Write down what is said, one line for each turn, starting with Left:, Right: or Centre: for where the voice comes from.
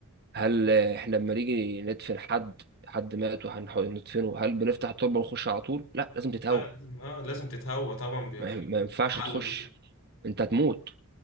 Right: هل آه، احنا لما نيجي ندفن حد حد مات وهنحاول ندفنه هل بنفتح التربه ونخش على طول لا لازم تتهوى
Left: لا، لازم اه لازم تتهوى طبعا بيبقى
Right: ما
Left: في
Right: ما ينفعش
Left: تحلل
Right: تخش
Left: وكده
Right: انت هتموت